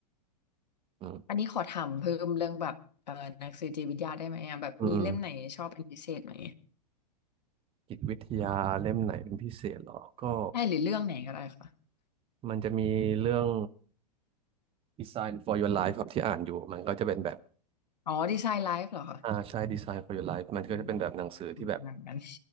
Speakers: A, on the right; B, on the left.
A: อืม
B: ๆอันนี้ขอถามเพิ่มเรื่องแบบเอ่อหนังสือจิตวิทยาได้ไหมอะแบบมีเล่มไหนชอบเป็นพิเศษไหม
A: อืมอืมจิตวิทยาเล่มไหนเป็นพิเศษเหรอก็
B: ใช่หรือเรื่องไหนก็ได้ค่ะ
A: มันจะมีเรื่อง Design for Your Life ครับที่อ่านอยู่มันก็จะเป็นแบบ
B: อ๋อดีไซน์ไลฟ์เหรอคะ
A: อ่าใช่ Design for Your Life มันก็จะเป็นแบบหนังสือที่แบบ
B: อืมอืมงานกัน